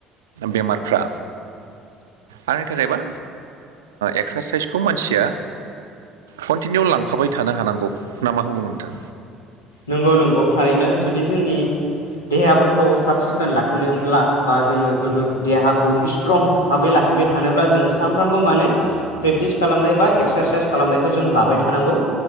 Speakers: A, on the right (about 80°); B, on the left (about 85°).
A: बेमारफ्रा आंनि थाखायबा एक्सारसाइसखौ मानसिया कन्टिनिउ लांफाबाय थानो हानांगौ नामा होनो नोंथां
B: नंगौ नंगौ थारैनो जुदि जोंनि देहाफोरखौ साब सिखोन लाखिनोब्ला बा जोङो गोगो देहाखौ स्ट्रं भाबै लाखि थिबाय थानोब्ला जोङो सानफ्रामबो माने प्रेक्टिस खालामनाय बा एक्सारसाइस खालामनायखौ जों लाबाय थानांगौ